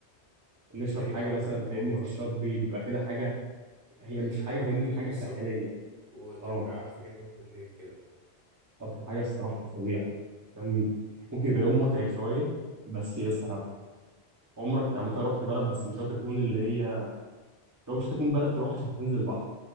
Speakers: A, on the right (about 20°); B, on the right (about 50°).
A: نشرب
B: أيوه
A: حاجه
B: أيوه
A: مثلا
B: اللي
A: فاهمني
B: هو
A: في الشاطبي بيبقى كده حاجه هي
B: تنزل
A: مش حاجه
B: أول
A: فاهمني
B: اليوم
A: حاجه
B: الصبح
A: ساحليه
B: وترجع
A: اه
B: آخر اليوم بالليل كده
A: طب حاجه الصراحه فظيعه انت فاهم ممكن يبقى يوم متعب شويه بس يستحق عمرك عامه رحت بلد بس مش هتكون اللي هي لو مش هتكون بلد تروح عشان تنزل البحر